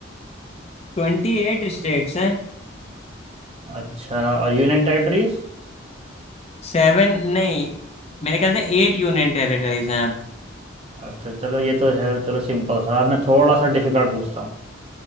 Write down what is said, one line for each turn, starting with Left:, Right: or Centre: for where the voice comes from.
Left: ट्वेंटी एट स्टेट्स हैं
Right: अच्छा और यूनियन टेरिटरीज
Left: सेवन नहीं मेरे ख्याल से एट यूनियन टेरिटरीज हैं अब
Right: अच्छा चलो ये तो है चलो सिंपल सा अब मैं थोड़ा सा डिफिकल्ट पूछता हूँ